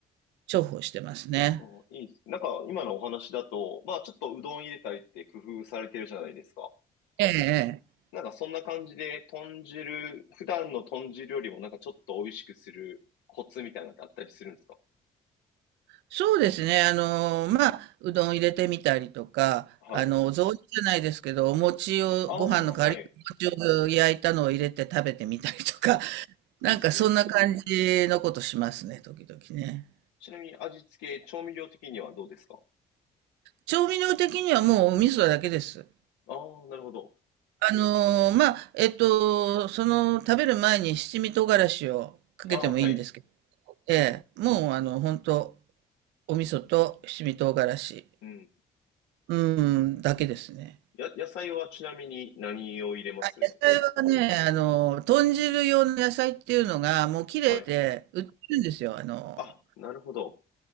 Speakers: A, on the right; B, on the left.
A: 重宝してますね。
B: ああ、いいです。なんか今のお話だと、まあちょっとうどん入れたりって工夫されてるじゃないですか。
A: ええ、ええ
B: なんかそんな感じで豚汁、普段の豚汁よりもなんかちょっと美味しくするコツみたいなのってあったりするんですか
A: そうですね。あの、まあ、うどん入れてみたりとか、
B: はい。
A: あの、お雑煮じゃないですけど、お餅を、
B: ああ、
A: ご飯の代わりにお餅を焼いたのを入れて食べてみたりとか、
B: はい。
A: <laughs>
B: いいですね。
A: なんかそんな感じのことしますね、時々ね。
B: ちなみに味付け、調味料的にはどうですか
A: 調味料的にはもうお味噌だけです。
B: ああー、なるほど。
A: あの、まあ、えっと、その、食べる前に七味唐辛子をかけてもいいんですけど、
B: ああ、はい。
A: ええ、もうあの、本当お味噌と七味唐辛子、
B: うん。
A: うん、だけですね。
B: や、野菜はちなみに何を入れます
A: 野菜はね、あの、豚汁用の野菜っていうのが、もう切れて売ってるんですよ。
B: はい。
A: あの、
B: あ、なるほど。